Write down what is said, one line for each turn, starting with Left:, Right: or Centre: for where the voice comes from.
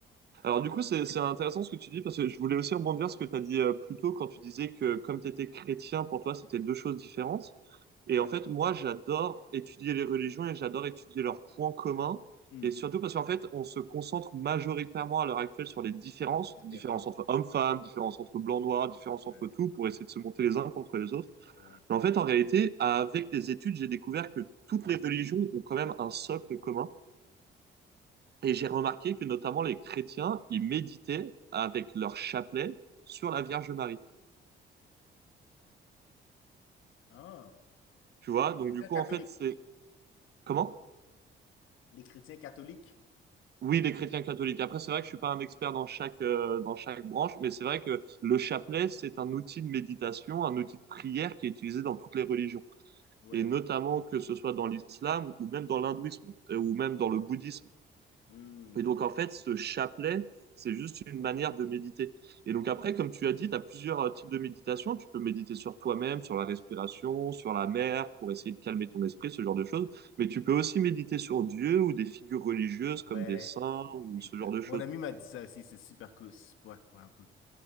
Right: Alors du coup, c'est c'est intéressant ce que tu dis parce que je voulais aussi rebondir sur ce que tu as dit euh, plus tôt quand tu disais que comme tu étais chrétien, pour toi, c'était deux choses différentes. Et
Left: Ouais.
Right: en fait, moi, j'adore étudier les religions et j'adore étudier leurs points communs.
Left: Hmm.
Right: Et surtout parce qu'en fait, on se concentre majoritairement à l'heure actuelle sur les différences,
Left: Les différences.
Right: différences entre hommes-femmes, différences entre blancs-noirs, différences
Left: Ouais.
Right: entre tout, pour essayer de se monter les uns contre les autres.
Left: Ouais.
Right: Mais en fait, en réalité, avec les études, j'ai découvert que toutes les religions ont quand même un socle commun. Et j'ai remarqué que notamment les chrétiens, ils méditaient avec leur chapelet sur la Vierge Marie.
Left: Ah.
Right: Tu vois,
Left: Les
Right: donc
Left: chrétiens
Right: du coup,
Left: catholiques.
Right: en fait, c'est... Comment?
Left: Les chrétiens catholiques.
Right: Oui, les chrétiens catholiques. Après, c'est vrai que je suis pas un expert dans chaque, euh, dans chaque branche, mais c'est vrai que le chapelet, c'est un outil de méditation, un outil de prière qui est utilisé dans toutes les religions.
Left: Ouais.
Right: Et
Left: Ouais,
Right: notamment que ce soit dans l'islam ou même dans l'hindouisme, euh, ou même dans le bouddhisme.
Left: Hmm.
Right: Et donc, en fait, ce chapelet, c'est juste une manière de méditer. Et donc, après, comme tu as dit, tu as plusieurs euh, types de méditation. Tu peux méditer sur toi-même, sur la respiration, sur la mer, pour essayer de calmer ton esprit, ce genre de choses. Mais tu peux aussi méditer sur Dieu ou des figures religieuses comme
Left: Ouais,
Right: des saints ou
Left: exact.
Right: ce genre de choses.
Left: Mon ami m'a dit ça aussi, c'est super cool. c'est- Ouais, vraiment cool.